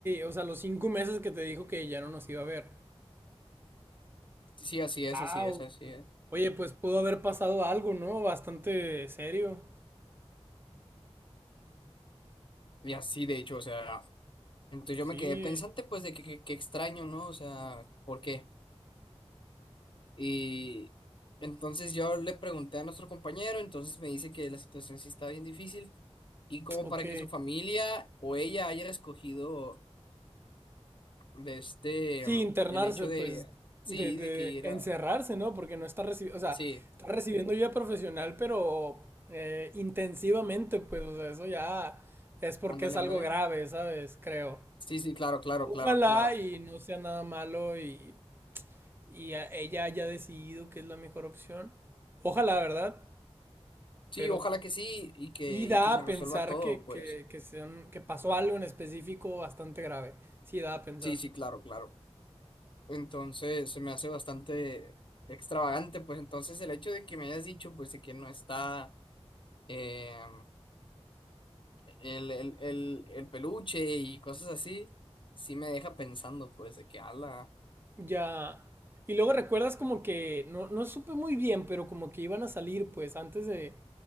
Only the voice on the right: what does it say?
O sea, los cinco meses que te dijo que ya no nos iba a ver.
Wow.
Oye, pues pudo haber pasado algo, ¿no? Bastante serio.
Sí.
Ok.
Sí, internarse,
pues,
de, de
encerrarse,
¿no? Porque no está recibiendo, o sea,
está recibiendo ayuda profesional, pero eh, intensivamente, pues, o sea, eso ya es porque
es algo
grave, ¿sabes? Creo.
Ojalá
y no sea nada malo y, y a- ella haya decidido que es la mejor opción. Ojalá, ¿verdad?
Pero
sí da
a
pensar
que,
que, que, sean, que pasó algo en específico bastante grave. Sí da a pensar.
Ya. Y luego recuerdas como que, no, no supe muy bien, pero como que iban a salir pues antes de,